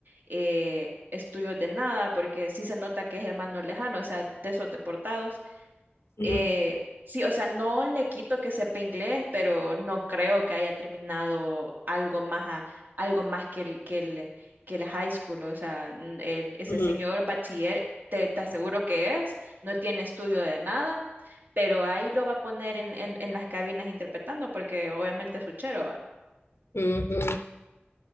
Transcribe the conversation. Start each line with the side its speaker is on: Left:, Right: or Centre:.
Right: eh, estudios de nada, porque sí se nota que es hermano lejano, o sea, de esos deportados.
Left: Ujú,
Right: Eh, sí, o sea, no le quito que sepa inglés, pero no creo que haya terminado algo más, a- algo más que el, que el, que el high school. O sea, n- el- ese
Left: ujú,
Right: señor bachiller, te, te aseguro que es, no tiene estudio de nada, pero ahí lo va a poner en, en, en las cabinas interpretando, porque obviamente es uchero, va.
Left: ujú.